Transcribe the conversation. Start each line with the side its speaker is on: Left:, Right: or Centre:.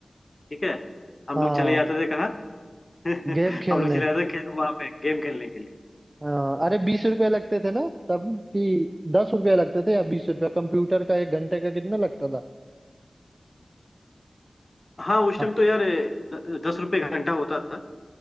Left: ठीक है हम
Right: हाँ
Left: लोग चले जाते थे कहाँ <laughs>
Right: गेम खेलने
Left: हम लोग चले जाते थे खेल वहां पे गेम खेलने के लिए
Right: हाँ अरे बीस रुपए लगते थे ना तब कि दस रुपए लगते थे या बीस रुपया कंप्यूटर का एक घंटे का कितना लगता था
Left: हाँ उस
Right: हाँ
Left: टाइम तो यार अ, दस रुपए घंटा होता था